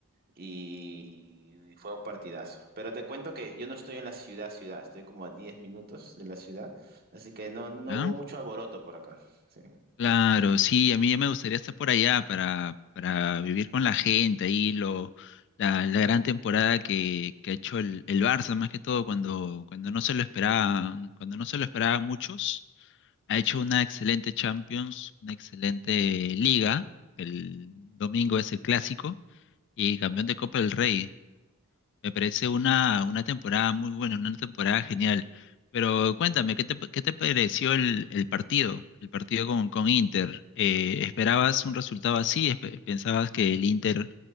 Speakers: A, on the right; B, on the left.
A: y fue un partidazo. Pero te cuento que yo no estoy en la ciudad, ciudad, estoy como a 10 minutos de la ciudad, así que no, no
B: ¿Ya?
A: hubo mucho alboroto por acá. Sí.
B: Claro, sí, a mí ya me gustaría estar por allá para, para vivir con la gente ahí, lo, la, la gran temporada que, que ha hecho el, el Barça, más que todo cuando, cuando no se lo esperaba, cuando no se lo esperaban muchos. Ha hecho una excelente Champions, una excelente Liga. El domingo es el clásico y campeón de Copa del Rey. Me parece una, una temporada muy buena, una temporada genial. Pero cuéntame, ¿qué te, qué te pareció el, el partido? El partido con, con Inter. Eh, ¿esperabas un resultado así? Espe- ¿Pensabas que el Inter